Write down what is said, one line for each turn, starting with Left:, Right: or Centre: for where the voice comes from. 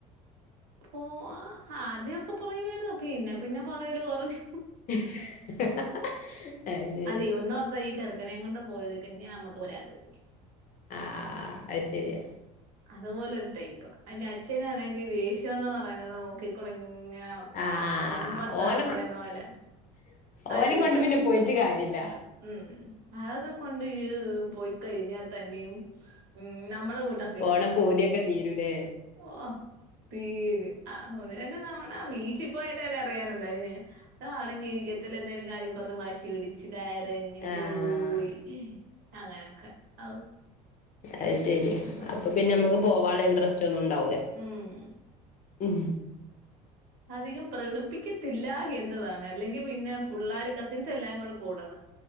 Right: പോ ആ ആദ്യ ഒക്കെ പറയുവായിരുന്നു പിന്നെ പിന്നെ പറയല് കൊറഞ്ഞ്
Left: <unintelligible> അത് ശരി
Right: അതെ ഒന്നോർത്താ ഈ ചെറ് ത്രേം കൊണ്ട് പോയിത്ക്ക് അന്ന്യാ അമ്മക്ക് വരാം തോന്നീല്യാ
Left: ആ ഐ ശരിയാ
Right: അതുപോലൊരു ടൈപ്പാ ആന്റെ അച്ഛനാണെങ്കി ദേഷ്യോന്ന് പറയാ <unintelligible> നോക്കിക്കൊടങ്ങാ ങ്ങൗ
Left: ആഹ്
Right: തുമ്പത്താന്ന്
Left: ഓല
Right: പറയുന്ന പോലെ ആ
Left: ഓലിം
Right: ടൈപ്പാ
Left: കൊണ്ട് പിന്നെ പോയിട്ട് കാര്യല്ല
Right: ഇമ് അതക്കകൊണ്ട് യ് പോയ് കഴിഞ്ഞാ തന്നെയും ഉം നമ്മടെ കൂട്ട
Left: ഓണ പൂതിയൊക്കെ തീരു കെ
Right: ഓഹ് തീര് ആ ആ ഒന്ന് രണ്ട് തവണ ബീച്ചി പോയേൻ്റെന്നെ അറിയാനുണ്ടായി <unintelligible> അടങ്ങിയിരിക്കത്തില്ല എന്തേലും കാര്യം പറഞ്ഞ് വാശി പിടി ച്ച് കരഞ്ഞ്
Left: ആഹ്
Right: കൂവി അങ്ങനെ അക്കെ ഔ
Left: അയ് ശരിയാ
Right: പറയായിട്ട്
Left: അപ്പൊ പിന്നെ അമ്മക്ക് പോവാള്ള ഇൻട്രസ് ഒന്നും ഉണ്ടാവില്ല
Right: ഉം.
Left: ഉ
Right: അധികം പ്രകടിപ്പിക്കത്തില്ല എന്നതാണ് അല്ലെങ്കിൽ പിന്നെ പിള്ളേർ കസിൻസ് എല്ലാം കൂടെ കൂടണം